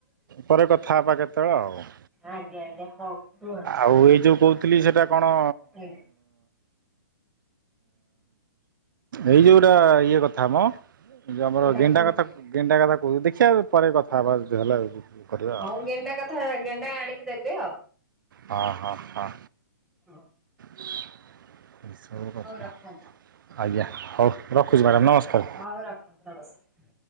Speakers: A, on the right; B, in the centre.
A: ପରେ କଥା ହବା କେତେବେଳେ ଆଉ।
B: ଆଜ୍ଞା ଆଜ୍ଞା ହଉ। ରୁହନ୍ତୁ
A: ଆଉ ଏଇ ଯୋଉ କହୁଥିଲି ସେଇଟା କଣ
B: ଆଜ୍ଞା।
A: ଏଇ ଯୋଉଟା ଇଏ କଥା ମ ଯଉ ଆମର
B: କୋଉଟା
A: ଗେଣ୍ଡା
B: କୁହ
A: କଥା ଗେଣ୍ଟା କଥା କହୁ ଦେଖିବା ପରେ କଥା ହବା ଯଦି ହେଲା କରିବା ଆଉ
B: ହଉ ଗେଣ୍ଡା କଥା ଗେଣ୍ଡା ଆଣିକି ଦେବେ ଆଉ।
A: ହଁ ହଁ ହଁ।
B: ହଉ।
A: ଏ ସବୁ କଥା
B: ରଖନ୍ତୁ
A: ଆଜ୍ଞା ହଉ ରଖୁଛି ମ୍ୟାଡ଼ାମ ନମସ୍କାର।
B: ହଉ ରଖନ୍ତୁ ନମସ୍କାର।